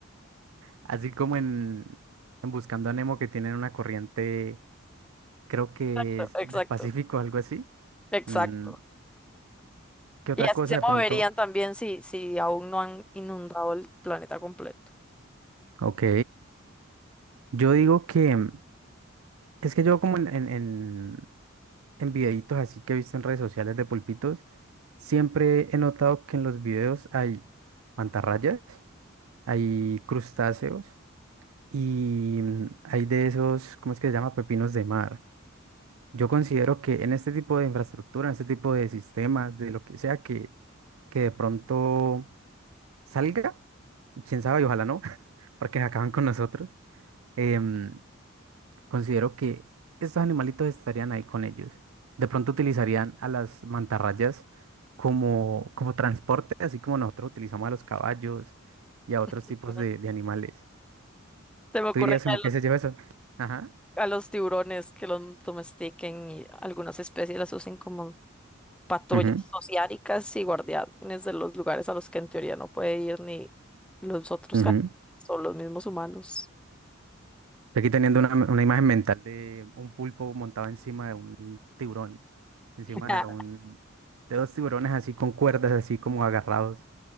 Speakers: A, on the right; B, in the centre.
A: Así como en, en Buscando a Nemo, que tienen una corriente, creo que
B: <laughs>
A: es
B: Exacto,
A: del Pacífico, algo así.
B: exacto.
A: Mm, ¿Qué otra
B: Y así
A: cosa
B: se
A: de
B: moverían
A: pronto?
B: también si, si aún no han inundado el planeta completo.
A: Ok, yo digo que... Es que yo como en, en, en, en videitos así que he visto en redes sociales de pulpitos, siempre he notado que en los videos hay mantarrayas, hay crustáceos y mm, hay de esos, ¿cómo es que se llama? Pepinos de mar. Yo considero que en este tipo de infraestructura, en este tipo de sistemas, de lo que sea que, que de pronto salga, y quién sabe, y ojalá no, <laughs> porque acaban con nosotros. em, Considero que estos animalitos estarían ahí con ellos. De pronto utilizarían a las mantarrayas como, como transporte, así como nosotros utilizamos a los caballos y a otros tipos
B: Ujú.
A: de, de animales.
B: Se me ocurre
A: ¿Tú dirías
B: que
A: como
B: a los,
A: que se lleva eso? Ajá.
B: a los tiburones que los domestiquen y algunas especies las usen como patrullas
A: Ujú,
B: sociáricas y guardianes de los lugares a los que en teoría no puede ir ni los otros
A: ujú.
B: ca- son los mismos humanos.
A: Estoy aquí teniendo una, una imagen mental de un pulpo montado encima de un tiburón, encima
B: Ah,
A: de un, de dos tiburones así con cuerdas, así como agarrados,